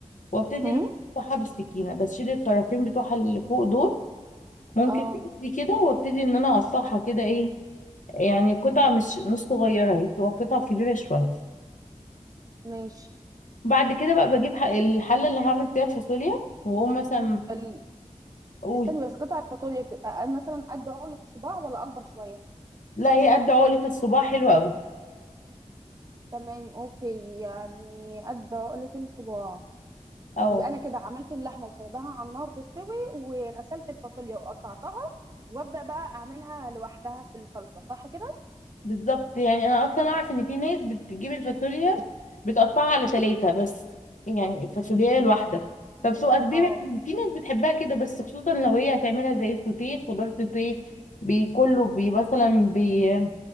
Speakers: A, on the left (about 90°); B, on the right (about 30°).
A: وابتدي
B: امم
A: ان أنا اقطعها بالسكينه بشيل الطرفين بتوعها اللي فوق دول ممكن
B: اه
A: بايدي كده وابتدي ان انا اقطعها كده ايه يعني قطع مش مش صغيره هي بتبقى قطع كبيره شويه
B: ماشي
A: بعد كده بقى بجيب ح- الحله اللي هعمل فيها الفاصوليا واقوم مثلا
B: ال...
A: اقول
B: استني بس قطع الفاصوليا بتبقى قد- مثلا قد عقلة الصباع ولا اكبر شوية
A: لا هي قد عقله الصباع حلوه قوي
B: تمام اوكي يعني قد عقلة الصباع
A: اه
B: يبقى انا كده عملت اللحمة وسايباها على النار تستوي وغسلت الفاصوليا وقطعتها وابدا بقى اعملها لوحدها في الصلصة صح كده
A: بالظبط يعني انا اصلا اعرف ان في ناس بتجيب الفاصوليا بتقطعها على ثلاثة بس يعني الفاصوليا الواحده فبتبقى كبيره
B: اه
A: في ناس بتحبها كده بس خصوصا لو هي هتعملها زي السوتيه خضار سوتيه بي- كله بي مثلا بي